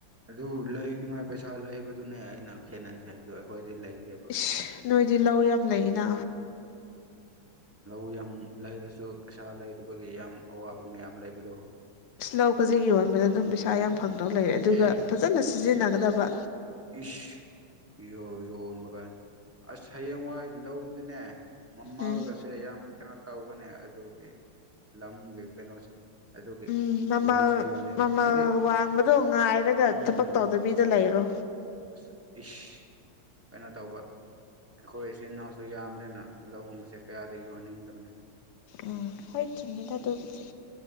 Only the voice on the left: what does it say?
ꯏꯁ ꯅꯣꯏꯗꯤ ꯂꯧ ꯌꯥꯝ ꯂꯩꯅ
ꯏꯁ ꯂꯧ ꯈꯖꯤꯛ ꯌꯣꯟꯕꯗ ꯑꯗꯨꯝ ꯄꯩꯁꯥ ꯌꯥꯝ ꯐꯪꯗꯕ ꯂꯩꯔꯦ ꯑꯗꯨꯒ
ꯐꯖꯅ ꯁꯤꯖꯤꯟꯅꯒꯗꯕ
ꯎꯝ
ꯎꯝ ꯃꯃꯜ
ꯃꯃꯜ
ꯋꯥꯡꯕꯗꯣ ꯉꯥꯏꯔꯒ
ꯊꯕꯛ ꯇꯧꯗꯕꯤꯗ ꯂꯩꯔꯣ
ꯎꯝ ꯍꯣꯏ ꯆꯨꯝꯃꯦꯗ ꯑꯗꯨꯕꯨꯗꯤ